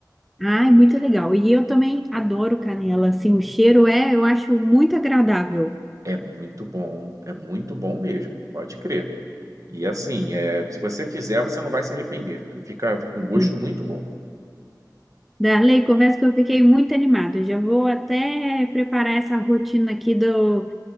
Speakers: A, in the centre; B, on the right.
A: Ai, muito legal. E eu também adoro canela, assim, o cheiro é, eu acho muito agradável.
B: É muito bom, é muito bom mesmo, pode crer. E assim, é, se você fizer, você não vai se arrepender. Fica, fica um gosto
A: Hum.
B: muito bom.
A: Darley, confesso que eu fiquei muito animada. Eu Já vou até preparar essa rotina aqui do